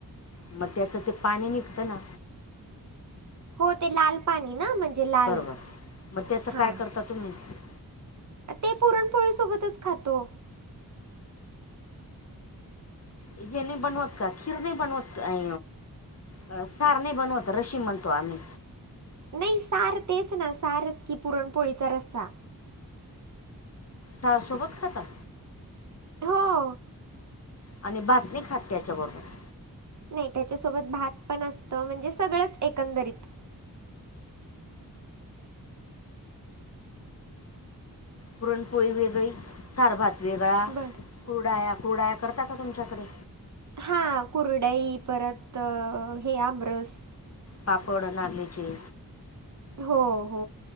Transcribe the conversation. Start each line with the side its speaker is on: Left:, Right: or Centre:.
Left: मग, त्याचं ते पाणी निघतं ना?
Right: हो, ते लाल पाणी ना, म्हणजे लाल
Left: बरोबर मग त्याचं
Right: हा.
Left: <unintelligible>
Right: ते पुरणपोळी सोबतच खातो.
Left: ये नाही बनवत का? खीर नाही बनवत का? अं सार नाही बनवत. रशी म्हणतो आम्ही.
Right: नाही, सार तेच ना? सारच की, पुरणपोळीचा रस्सा
Left: सार सोबत खाता?
Right: हो.
Left: आणि भात नाही खात त्याच्याबरोबर?
Right: नाही, त्याच्यासोबत भात पण असत म्हणजे सगळंच एकंदरीत.
Left: पुरणपोळी वेगळी, सार-भात वेगळा.
Right: बरं
Left: कुरडया-कुरड्या करता का तुमच्याकडे?
Right: हा, कुरडाई, परत हे आमरस.
Left: पापड नागलीचे.
Right: हो-हो.